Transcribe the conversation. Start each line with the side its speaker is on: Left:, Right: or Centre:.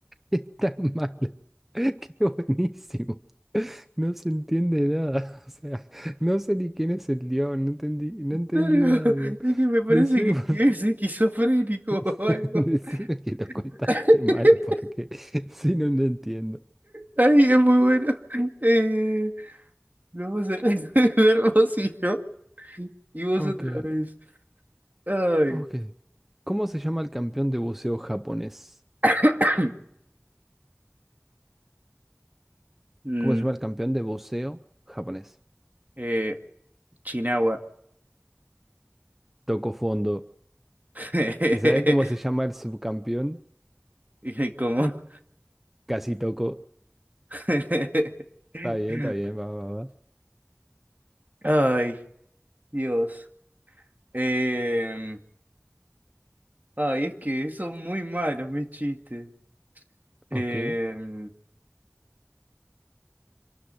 Centre: es tan malo. Qué buenísimo. No se entiende nada. <laughs> O sea, no sé ni quién es el león. No entendí, no entendí
Right: claro,
Centre: nada, amigo.
Right: Es que me parece
Centre: Decime,
Right: que,
Centre: por-
Right: que
Centre: fa-
Right: es esquizofrénico
Centre: <laughs>
Right: o algo.
Centre: decime que lo contaste
Right: <laughs>
Centre: mal porque <laughs> si no, no entiendo.
Right: Ay, es muy bueno. Eh, lo vamos a resolver vos y yo. Y vos
Centre: Ok,
Right: otra vez. Ay.
Centre: ok. ¿Cómo se llama el campeón de buceo japonés?
Right: <coughs> Mm,
Centre: ¿Cómo se llama el campeón de buceo japonés?
Right: eh, Chinagua.
Centre: Tocó fondo.
Right: <laughs>
Centre: ¿Y sabe cómo se llama el subcampeón?
Right: Y Como...
Centre: Casi toco.
Right: <laughs>
Centre: Está bien, está bien, va, va, va.
Right: Ay. Dios. Em, ay, es que son muy malos mis chistes. Em,
Centre: Ok.